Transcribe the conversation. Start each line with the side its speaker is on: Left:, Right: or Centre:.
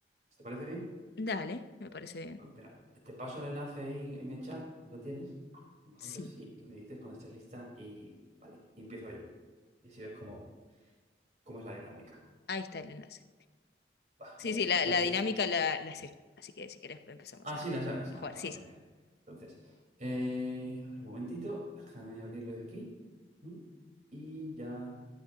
Right: te parece bien?
Left: Dale, me parece bien.
Right: Pues espera, te paso el enlace ahí en el chat. ¿Lo tienes? Lo
Left: Sí,
Right: abres y, y me dices cuando estés lista y, vale, y empiezo yo. Y así ves cómo, cómo es la dinámica.
Left: ahí está el enlace.
Right: Va,
Left: Sí,
Right: muy
Left: sí,
Right: bien.
Left: la,
Right: Entonces.
Left: la dinámica la, la sé. Así que si querés empezamos
Right: Ah,
Left: a,
Right: sí, la sabes.
Left: a
Right: Ah,
Left: jugar. Sí,
Right: va, genial.
Left: sí.
Right: Entonces, eh, a ver, un momentito, déjame abrirlo de aquí. Mm, Y ya,